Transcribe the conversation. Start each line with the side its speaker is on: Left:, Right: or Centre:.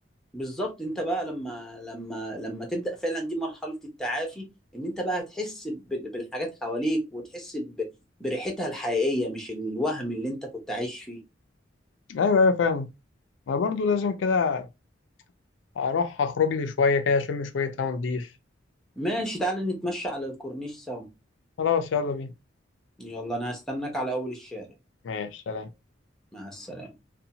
Centre: بالظبط انت بقى لما لما لما تبدا فعلا دي مرحله التعافي ان انت بقى هتحس بال- بالحاجات حواليك وتحس ب... بريحتها الحقيقيه مش الوهم اللي انت كنت عايش فيه
Left: أيوة أيوة فعلا أنا برضو لازم كده أروح أخرج لي شوية كده أشم شوية هوا نضيف
Centre: ماشي تعالى نتمشى على الكورنيش سوا
Left: خلاص يلا بينا
Centre: يلا انا هستناك على اول الشارع
Left: ماشي سلام
Centre: مع السلامه